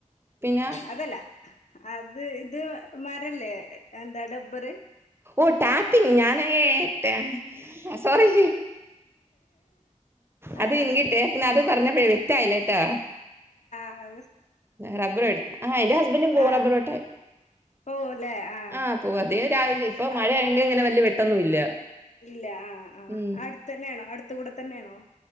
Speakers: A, on the right; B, on the left.
A: പിന്നെ
B: അതല്ല അത് ഇത് മരവില്ലേ ടബ്ബറ്.
A: ഓ ടാപ്പിംഗ് ഞാൻ ഏഹ് ടെ സോറി അത്
B: അതാണ്
A: ഇങ്ങിട്ടെ പിന്നത് പറഞ്ഞപ്പഴേ ലായില്ലാട്ടൊ
B: അതെ
A: റബ്ബർ എടുത്താ അഹ് എന്റ് ഹസ്ബന്റും പോവും
B: ആ
A: റബ്ബർ വെട്ടാൻ.
B: പോവുല്ലേ ആ
A: അഹ് പോവും അദ്ദേഹം രാവിലെ ഇപ്പ മഴ
B: ആ
A: ആയതോണ്ട് ഇങ്ങനെ വല്ല്യ വെ ട്ടെന്നും ഇല്ല.
B: ഇല്ല അഹ് അഹ്
A: ഉം
B: അടുത്തന്നേണോ അടു ത്ത് കൂടെ തന്നേണോ